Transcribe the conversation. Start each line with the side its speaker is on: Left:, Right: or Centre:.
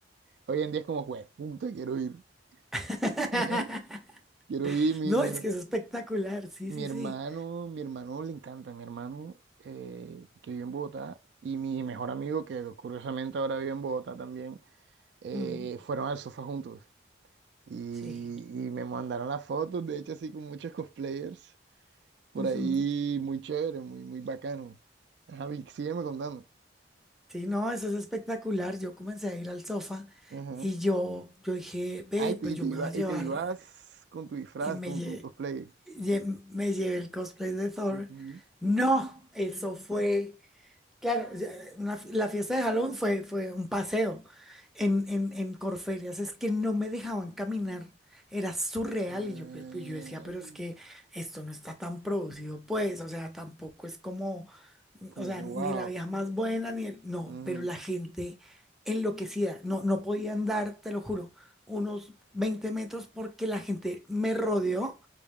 Right: Hoy en día es como, juez, puta, quiero ir.
Centre: <laughs>
Right: <laughs> Quiero ir, mi,
Centre: No,
Right: mi,
Centre: es
Right: her-
Centre: que es espectacular, sí,
Right: Mi
Centre: sí,
Right: hermano,
Centre: sí.
Right: mi hermano le encanta, mi hermano eh, que vive en Bogotá y mi mejor amigo que curiosamente ahora vive en Bogotá también, eh,
Centre: Mm,
Right: fueron al sofá juntos y,
Centre: Sí.
Right: y me mandaron las fotos, de hecho así con muchos cosplayers por
Centre: ujú.
Right: ahí, muy chévere, muy, muy bacano. Ajá, Vic, sígueme contando.
Centre: Sí, no, eso es espectacular. Yo comencé a ir al sofá
Right: Ajá.
Centre: y yo, yo dije, ve,
Right: Ah, y
Centre: pues
Right: te, y
Centre: yo
Right: te
Centre: me
Right: iba-
Centre: voy a llevar
Right: y te ibas con tu disfraz,
Centre: y me,
Right: con
Centre: lle-
Right: tu cosplay.
Centre: lle- me llevé el cosplay de Thor.
Right: Ujú.
Centre: No, eso fue... Claro, ya, una fi- la fiesta de Halloween fue, fue un paseo en, en, en Corferias, es que no me dejaban caminar, era surreal
Right: Ay,
Centre: y yo, pe- pe- yo decía, pero es que esto no está tan producido, pues, o sea, tampoco es como,
Right: como
Centre: o sea,
Right: que
Centre: ni
Right: wow.
Centre: la vieja más buena, ni el, no,
Right: Ujú.
Centre: pero la gente enloquecida, no, no podía andar, te lo juro, unos 20 metros porque la gente me rodeó